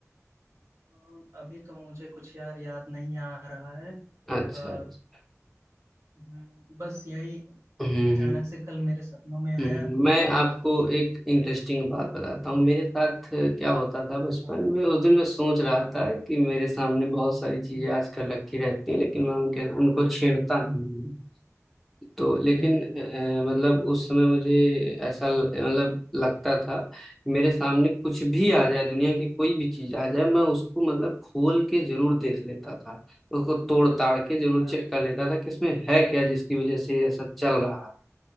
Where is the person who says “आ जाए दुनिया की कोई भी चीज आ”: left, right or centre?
Centre